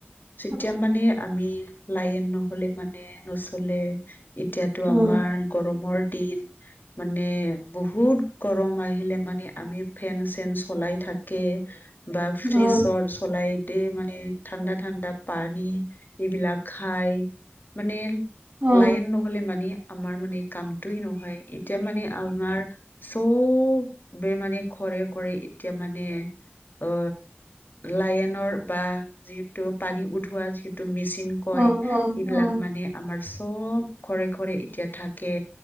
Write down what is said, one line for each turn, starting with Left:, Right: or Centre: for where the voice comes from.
Right: উ <unintelligible>
Left: যেতিয়া মানে আমি লাইন নহলে মানে নচলে। এতিয়াতো
Right: অ
Left: আমাৰ গৰমৰ দিন। মানে বহুত গৰম আহিলে মানে আমি ফেন চেন চলাই থাকে। বা ফ্ৰিচৰ
Right: অ
Left: চলাই- তে মানে ঠাণ্ডা ঠাণ্ডা পানী এইবিলাক খাই মানে
Right: অ অ
Left: লাইন নহ'লে মানে আমাৰ মানে কামটোৱেই নহয়। এট- এতিয়া মানে আমাৰ চব বে মানে ঘৰে ঘৰে এতিয়া মানে অ লাইনৰ বা যিটো পানী উঠোৱা যিটো মেচিন কয়,
Right: অ অ অ
Left: এইবিলাক
Right: অ
Left: মানে আমাৰ চব ঘৰে ঘৰে এতিয়া থাকে